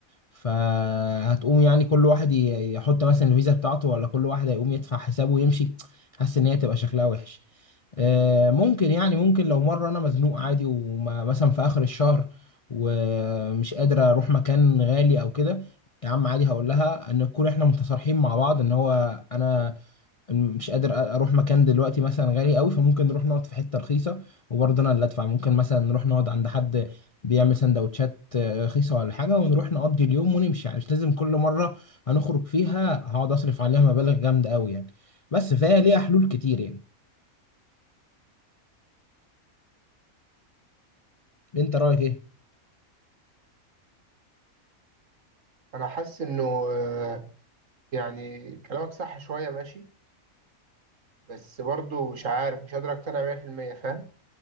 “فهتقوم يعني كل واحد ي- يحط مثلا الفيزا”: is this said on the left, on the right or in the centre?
Left